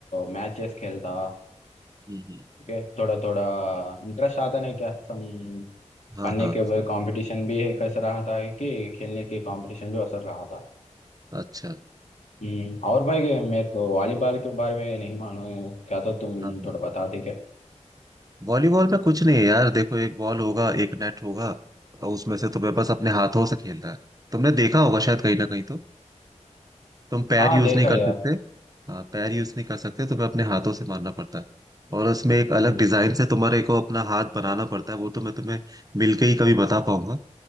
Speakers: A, on the left (about 70°); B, on the right (about 30°).
A: मैचेस खेलता
B: हम्म हम्म,
A: ओके थोड़ा थोड़ा इंटरेस्ट आता नहीं क्या सम
B: हाँ
A: पढ़ने
B: हाँ
A: के कंपटीशन भी कैसा रहा था कि खेलने के कंपटीशन भी असर रहा था
B: अच्छा
A: हम्म, और भाई ये मेरे को वॉलीबॉल के बारे में नहीं मालूम क्या तो तुम
B: हाँ हाँ
A: थोड़ा बताते क्या
B: वॉलीबॉल में कुछ नहीं है यार देखो एक बॉल होगा एक नेट होगा और उसमें से तुम्हें बस अपने हाथों से खेलना है तुमने देखा होगा शायद कहीं ना कहीं तो तुम पैर
A: हाँ
B: यूज
A: देखा
B: नहीं कर
A: यार
B: सकते हाँ पैर यूज नहीं कर सकते तुम्हें अपने हाथों से मारना पड़ता है और उसमें एक अलग
A: हम्म,
B: डिजाइन से तुम्हारे को अपना हाथ बनाना पड़ता है वो तो मैं तुम्हें मिलके ही कभी बता पाऊंगा